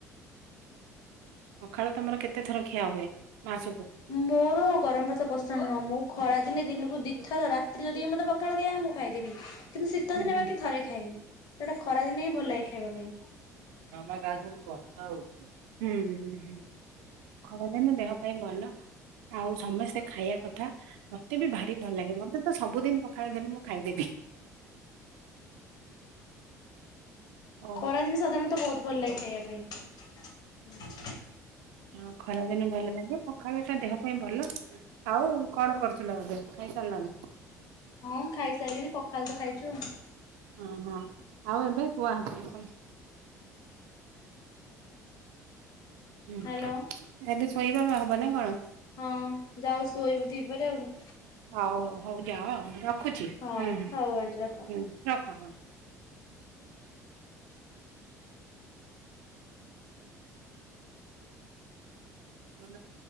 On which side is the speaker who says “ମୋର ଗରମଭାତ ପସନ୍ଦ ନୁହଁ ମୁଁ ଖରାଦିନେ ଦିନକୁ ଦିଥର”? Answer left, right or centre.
Left